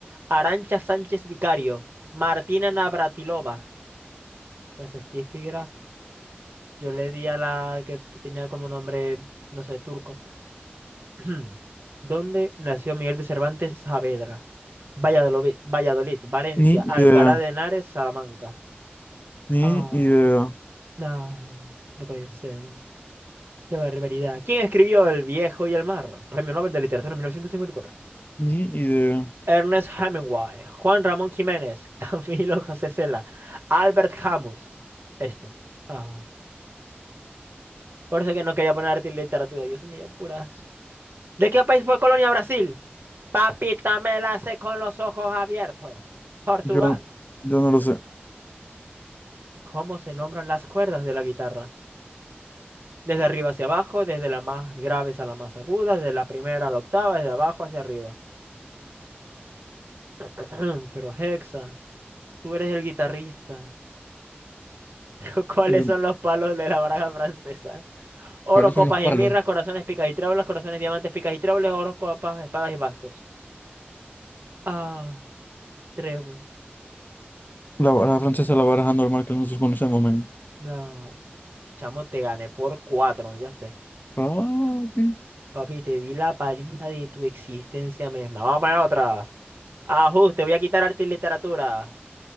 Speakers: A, on the right; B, on the left.
A: Arancha Sánchez Vicario. Martina Navratilova. Pues Steffi Graf. Yo le di a la que tenía como nombre, no sé, turco. <clears throat> ¿Dónde nació Miguel de Cervantes Saavedra? Valladolid, Valladolid, Valencia,
B: Ni idea.
A: Alcalá de Henares, Salamanca.
B: Ni
A: Ah,
B: idea.
A: no, no puede ser. Qué barbaridad. ¿Quién escribió El viejo y el mar? Premio Nobel de Literatura en 1954.
B: ni idea.
A: Ernest Hemingway, Juan Ramón Jiménez, <laughs> Camilo José Cela, Albert Camus. Este. Ah, por eso que no quería poner arte y literatura. Dios mío, puras. ¿De qué país fue colonia Brasil? Papita me la hace con los ojos abiertos. Portugal.
B: Yo, yo no lo sé.
A: ¿Cómo se nombran las cuerdas de la guitarra? Desde arriba hacia abajo, desde las más graves a las más agudas, desde la primera a la octava, desde abajo hacia arriba. <clears throat> Pero Hexa, tú eres el guitarrista. <laughs> ¿Cuáles
B: Eh,
A: son los palos de la baraja francesa? Oro,
B: ¿Cuáles
A: copas
B: son los palos?
A: y mirras, corazones, picas y tréboles, corazones, diamantes, picas y tréboles, oro, copas, espadas y bastos. Ah, tréboles.
B: La baraja francesa, la baraja normal que nosotros conocemos, men.
A: No. Chamo, te gané por cuatro, ya está.
B: Papi.
A: Papi, te di la paliza de tu existencia misma. Vamos a poner otra. Ajuste, voy a quitar arte y literatura.